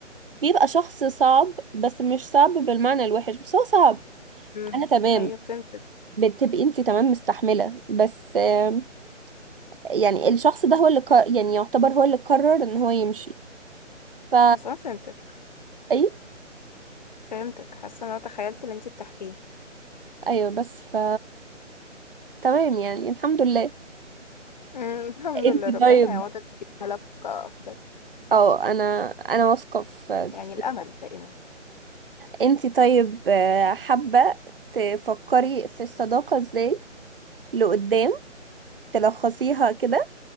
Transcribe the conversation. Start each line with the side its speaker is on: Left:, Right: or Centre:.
Right: بيبقى شخص صعب بس مش صعب بالمعنى الوحش بس هو صعب
Left: مم.
Right: أنا تمام
Left: ايوه فهمتك
Right: بتبقي انت تمام مستحملة بس آم، يعني الشخص ده هو اللي ق- يعني يعتبر هو اللي قرر ان هو يمشي ف
Left: بس انا فهمتك
Right: اي
Left: فهمتك حاسه ان انا تخيلت اللي انت بتحكيه
Right: ايوه بس ف تمام يعني الحمد لله
Left: مم. <laughs> الحمد
Right: انت
Left: لله ربنا
Right: طيب
Left: هيعوضك يجيب علاقه افضل
Right: اه انا انا واثقة في في-
Left: يعني الامل
Right: كده.
Left: دائما
Right: انت طيب آه، حابة تفكري في الصداقة ازاي لقدام تلخصيها كده